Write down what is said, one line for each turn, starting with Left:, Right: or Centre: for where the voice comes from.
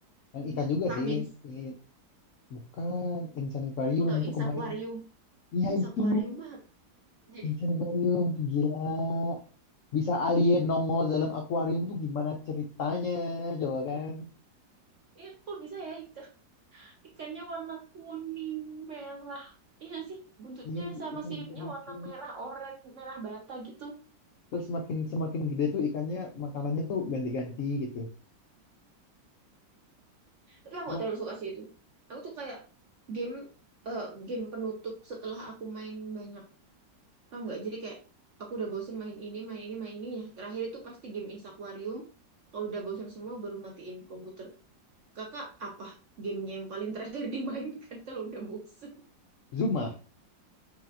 Left: yang ikan juga
Right: Karmin.
Left: sih
Right: <laughs>
Left: ini bukan Insan Aquarium
Right: Aku tahu
Left: itu
Right: ini
Left: kemarin
Right: akuarium,
Left: iya
Right: ini
Left: itu
Right: akuarium mah. Jadi,
Left: Insan Aquarium itu gila bisa alien nongol dalam akuarium tuh gimana ceritanya coba kan
Right: ya, kok bisa ya ikan ikannya warna kuning merah. Iya nggak sih, buntutnya
Left: iya
Right: sama
Left: itu
Right: siripnya
Left: lucu-lucu
Right: warna merah oranye, merah bata gitu.
Left: terus semakin semakin gede tuh ikannya makanannya tuh ganti-ganti gitu
Right: tapi aku
Left: oh,
Right: gak terlalu suka sih itu aku tuh kayak game eh, game penutup setelah aku main banyak paham nggak jadi kayak aku udah bosen main ini main ini main ini ya terakhir itu pasti game Instaquarium kalau udah bosen semua baru matiin komputer kakak apa gamenya yang paling terakhir dimainkan <laughs> kalau udah bosen
Left: Zuma